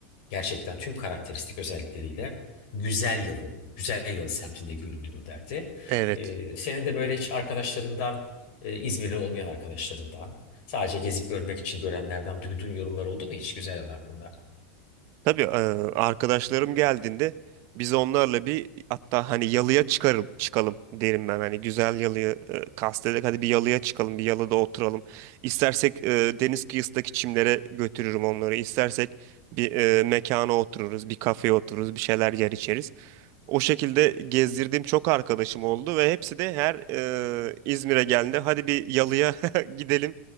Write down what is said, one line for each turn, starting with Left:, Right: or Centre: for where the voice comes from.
Left: gerçekten tüm karakteristik özellikleriyle güzel yalı, güzel yalı semtinde görülüyor derdi.
Right: Evet.
Left: Ee, senin de böyle hiç arkadaşlarından, e, İzmirli olmayan arkadaşlarından, sadece gezip görmek için görenlerden duyduğun yorumlar oldu mu hiç güzel yer hakkında?
Right: Tabii e, arkadaşlarım geldiğinde biz onlarla bir hatta hani yalıya çıkarım, çıkalım derim ben. Hani güzel yalıyı e, kastederek hadi bir yalıya çıkalım, bir yalıda oturalım. İstersek e, deniz kıyısındaki çimlere götürürüm onları. İstersek bir e, mekana otururuz, bir kafeye otururuz, bir şeyler yer içeriz. O şekilde gezdirdiğim çok arkadaşım oldu ve hepsi de her e, İzmir'e geldiğinde hadi bir yalıya <laughs> gidelim